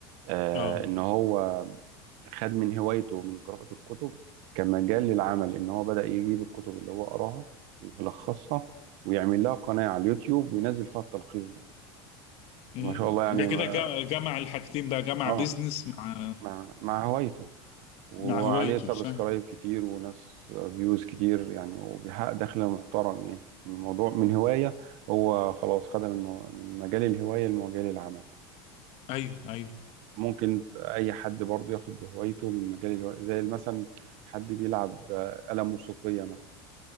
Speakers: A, on the right; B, on the left.
A: آه
B: اه
A: ان هو خد من هوايته من قراءه الكتب كمجال للعمل ان هو بدا يجيب الكتب اللي هو قراها ويلخصها ويعمل لها قناه على اليوتيوب وينزل فيها التلخيص ده
B: مم.
A: وما شاء الله يعني
B: ده كده
A: ما
B: جا- جمع الحاجتين بقى جمع
A: اه
B: بيزنس مع
A: مع مع هوايته وعليه
B: مع هوايته
A: سبسكرايب
B: صح
A: كتير وناس فيوز كتير يعني وبيحقق دخل محترم يعني من الموضوع من هواية هو خلاص خدها من مو- من مجال الهواية لمجال العمل
B: ايوه ايوه
A: فممكن أي حد برضه ياخد هوايته من مجال الهواية زي مثلا حد بيلعب آه، آلة موسيقية مثلا